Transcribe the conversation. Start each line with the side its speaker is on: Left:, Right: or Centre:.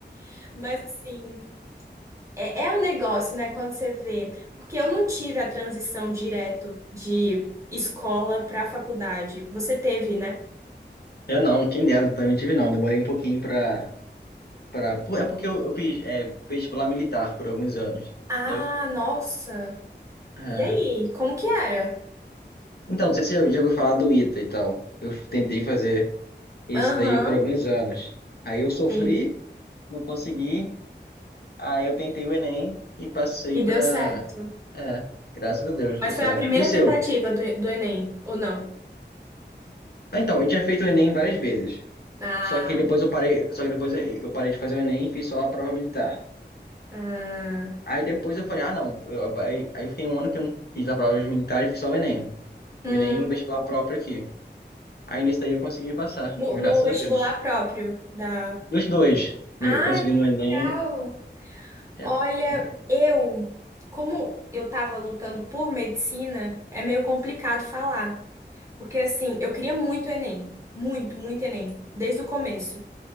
Right: <laughs> Mas assim, é, é um negócio, né, quando você vê. Porque eu não tive a transição direto de escola para faculdade. Você teve, né?
Left: Eu não, quem dera, também tive não. Demorei um pouquinho pra... pra... pô, É porque eu, eu fiz é, vestibular militar por alguns anos,
Right: Ah,
Left: entendeu?
Right: nossa.
Left: É.
Right: E aí, como que era?
Left: Então, não sei se você já ouviu falar do ITA e tal. Eu tentei fazer Isso
Right: Aham,
Left: daí por alguns anos. Aí eu sofri,
Right: sim.
Left: não consegui. Aí eu tentei o Enem e passei
Right: E
Left: pra.
Right: deu certo.
Left: É, graças a Deus,
Right: Mas
Left: deu certo.
Right: foi a primeira
Left: E o seu?
Right: tentativa do, do Enem, ou não?
Left: Ah, Então, eu tinha feito o Enem várias vezes.
Right: Ah,
Left: Só que depois eu parei, só que depois eu parei de fazer o Enem e fiz só a prova militar.
Right: ah.
Left: Aí depois eu falei, ah, não. Eu, aí, aí eu fiquei um ano que eu não fiz a prova de militar e fiz só o Enem.
Right: Hum,
Left: O Enem e um vestibular próprio aqui. Aí nesse daí eu consegui passar,
Right: no,
Left: graças
Right: no vestibular
Left: a Deus.
Right: próprio da.
Left: Nos dois.
Right: Ah,
Left: No- Eu consegui
Right: que
Left: no Enem,
Right: legal!
Left: é
Right: Olha,
Left: é
Right: eu, como eu estava lutando por medicina, é meio complicado falar, porque assim, eu queria muito Enem, muito, muito Enem, desde o começo.